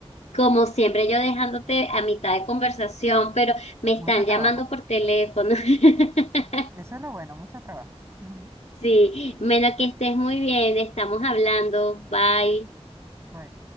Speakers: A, on the left; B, on the right.
A: como siempre yo dejándote a mitad de conversación, pero me están
B: Mucho trabajo.
A: llamando por teléfono. <laughs>
B: Eso es lo bueno, mucho trabajo. Ujú.
A: Sí, bueno, que estés muy bien, estamos hablando, bye.
B: Bye.